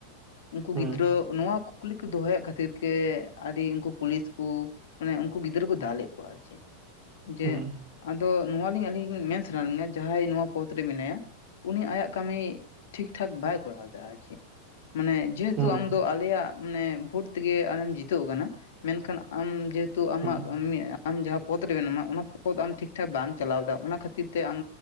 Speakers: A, on the left (about 55°); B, on the right (about 30°).
A: ᱩᱱᱠᱩ
B: ᱦᱩᱸ
A: ᱜᱤᱫᱽᱨᱟᱹ ᱱᱚᱣᱟ ᱠᱩᱠᱞᱤ ᱠᱚ ᱫᱚᱦᱚᱮᱫ ᱠᱷᱟᱹᱛᱤᱨ ᱛᱮ ᱟᱹᱰᱤ ᱩᱱᱠᱩ ᱯᱩᱞᱤᱥ ᱠᱚ ᱢᱟᱱᱮ ᱩᱱᱠᱩ ᱜᱤᱫᱽᱨᱟᱹ ᱠᱚ ᱫᱟᱞᱮᱫ ᱠᱚᱣᱟ ᱟᱨ ᱪᱮᱫ ᱡᱮ
B: ᱦᱩᱸ ᱦᱩᱸ
A: ᱟᱫᱚ ᱱᱚᱣᱟᱞᱤᱧ ᱟᱹᱞᱤᱧ ᱢᱮᱱ ᱥᱟᱱᱟᱭ ᱞᱤᱧᱟ ᱡᱟᱦᱟᱸᱭ ᱱᱚᱣᱟ ᱯᱚᱫᱽ ᱨᱮ ᱢᱮᱱᱟᱭᱟ ᱩᱱᱤ ᱟᱭᱟᱜ ᱠᱟᱹᱢᱤ ᱴᱷᱤᱠ ᱴᱷᱟᱠ ᱵᱟᱭ ᱠᱚᱨᱟᱣ ᱮᱫᱟ, ᱟᱨ ᱪᱮᱫ ᱢᱟᱱᱮ ᱡᱮᱦᱮᱛᱩ
B: ᱦᱩᱸ
A: ᱟᱢᱫᱚ ᱟᱞᱮᱭᱟᱜ ᱢᱟᱱᱮ ᱵᱷᱳᱴ ᱛᱮᱜᱮ ᱟᱢᱮᱢ ᱡᱤᱛᱟᱹᱣ ᱟᱠᱟᱱᱟ᱾ ᱢᱮᱱᱠᱷᱟᱱ ᱟᱢ ᱡᱮᱦᱮᱛᱩ ᱟᱢᱟᱜ
B: ᱦᱩᱸ
A: ᱟᱢ ᱡᱟᱦᱟᱸ ᱯᱚᱫ ᱨᱮ ᱢᱮᱱᱟᱢᱟ ᱚᱱᱟ ᱯᱚᱫ ᱟᱢ ᱴᱷᱤᱠ ᱴᱷᱤᱠ ᱴᱷᱟᱠ ᱵᱟᱢ ᱪᱟᱞᱟᱣᱮᱫᱟ ᱚᱱᱟ ᱠᱷᱟᱹᱛᱤᱨ ᱛᱮ ᱟᱢ